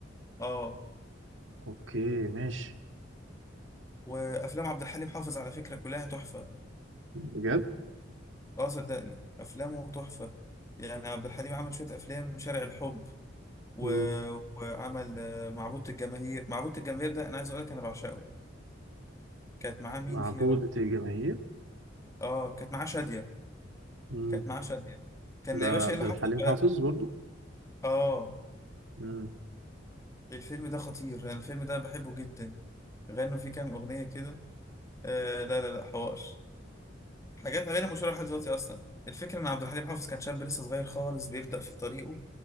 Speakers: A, on the left (about 15°); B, on the right (about 80°).
A: اه
B: أوكي ماشي
A: وافلام عبد الحليم حافظ على فكرة كلها تحفة
B: بجد
A: اه صدقني افلامه تحفه يعني عبد الحليم عمل شويه افلام شارع الحب و...
B: مم.
A: وعمل آه، معبود الجماهير معبود الجماهير ده انا عايز اقول لك انا بعشقه كانت معاه مين
B: معبودة
A: فيه يا رب
B: الجماهير
A: اه كانت معاه شاديه
B: مم.
A: كانت معاه شاديه كان
B: ده
A: يا
B: عبد
A: باشا ايه اللي
B: الحليم
A: حصل بقى
B: حافظ برضو
A: اه
B: مم.
A: الفيلم ده خطير انا الفيلم ده بحبه جدا غنوا فيه كام اغنيه كده آه لا لا لا حوار حاجات غير مشهوره لحد دلوقتي اصلا الفكره ان عبد الحليم حافظ كان شاب لسه صغير خالص بيبدا في طريقه